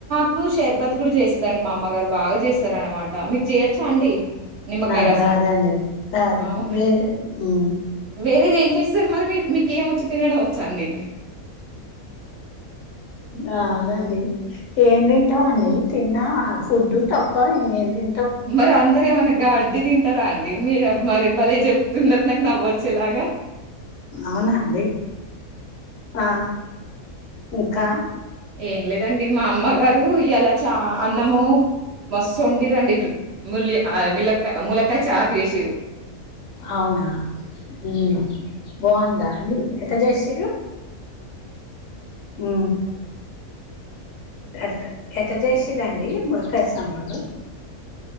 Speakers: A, on the right; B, on the left.
A: కు షేర్బత్ కూడా చేస్తదండి. మా అమ్మగారు బాగా చేస్తారూ అన్న మాట మీకు చేయొచ్చా అండి. నిమ్మకాయ
B: నాకు
A: రసం
B: రాదండి రాదు
A: అవునా
B: వేరే హ్
A: వేరేది. ఏం చేస్తారు మరి మీరు మీకు ఏం వోచ్చు తినడం వోచ్చా అండి.
B: అ అవునండి ఏం తింటం అండి తిన్నా ఆ ఫుడ్డు తప్ప ఏం తి
A: మరి అందరూ ఏమన్నా గడ్డి తిం టారా అండి. మీరు మరే బ్బలే చెప్తున్నారు. నాకు నవ్వొచ్చేలాగా
B: అవునాండి ఆ ఇంకా
A: ఏం లేదండి. మా అమ్మగారు ఇయాలా చ అన్నము మస్తు వండిర్రు అండి. ములియా మిలక్కయ ములక్కయ చార్ చేసిర్రు.
B: అవునా హ్ బాగుందా అండి ఎట్లా చేసిర్రు. హ్ ఎట ఎట్లా చేసిరండి ములక్కయ సంబారు